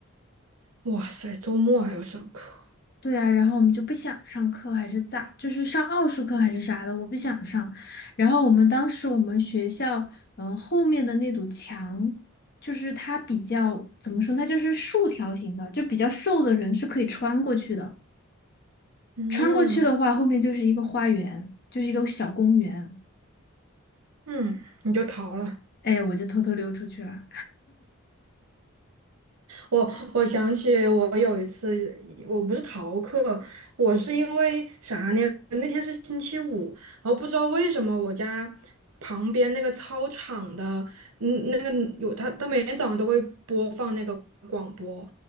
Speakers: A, on the right; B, on the left.
A: 哇塞，周末还要上课，
B: 对啊，然后我们就不想上课，还是咋？就是上奥数课还是啥的，我不想上。然后我们当时我们学校，嗯，后面的那堵墙，就是它比较怎么说呢，它就是竖条形的，就比较瘦的人是可以穿过去的。
A: 嗯
B: 穿过去的话，后面就是一个花园，就是一个小公园。
A: 嗯，你就逃了。
B: 哎，我就偷偷溜出去了。
A: 我我想起我有一次，我不是逃课，我是因为啥呢？那天是星期五，然后不知道为什么我家旁边那个操场的，嗯，那个有他，他每天早上都会播放那个广播，